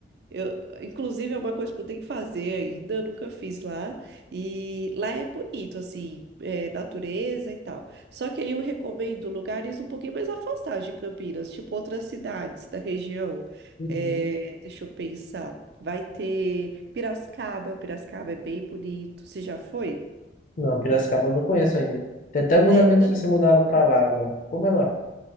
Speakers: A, on the right; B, on the left.
A: Eu, inclusive, é uma coisa que eu tenho que fazer ainda, eu nunca fiz lá. E lá é bonito, assim, é, natureza e tal. Só que aí eu recomendo lugares um pouquinho mais afastados de Campinas, tipo outras cidades da região.
B: Uhum.
A: É, deixa eu pensar. Vai ter Piracicaba, Piracicaba é bem bonito. Você já foi?
B: Não, Piracicaba eu não conheço ainda. Tem até alguns
A: É,
B: amigos que se mudaram para lá agora. Como é lá?